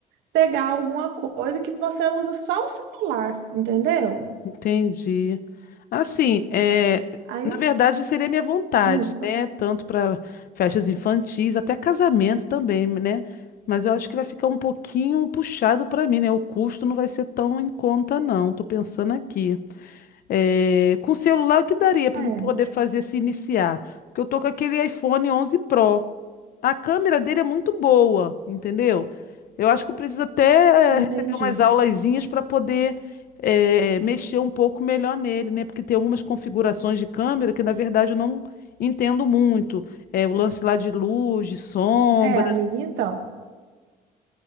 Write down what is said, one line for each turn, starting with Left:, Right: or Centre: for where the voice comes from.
Right: pegar alguma coisa que você usa só o celular, entendeu?
Left: Entendi. Assim, é,
Right: Aí,
Left: na verdade, seria minha vontade,
Right: hum,
Left: né? Tanto para festas infantis, até casamento também, né? Mas eu acho que vai ficar um pouquinho puxado para mim, né? O custo não vai ser tão em conta, não. Tô pensando aqui. É, com celular, o que daria para
Right: é,
Left: me poder fazer se iniciar? Porque eu tô com aquele iPhone 11 Pro. A câmera dele é muito boa, entendeu? Eu acho que eu preciso até
Right: entendi.
Left: eh, receber umas aulazinhas para poder eh, mexer um pouco melhor nele, né? Porque tem algumas configurações de câmera que, na verdade, eu não entendo muito. É, o lance lá de luz, de sombra.
Right: É, amiga, então,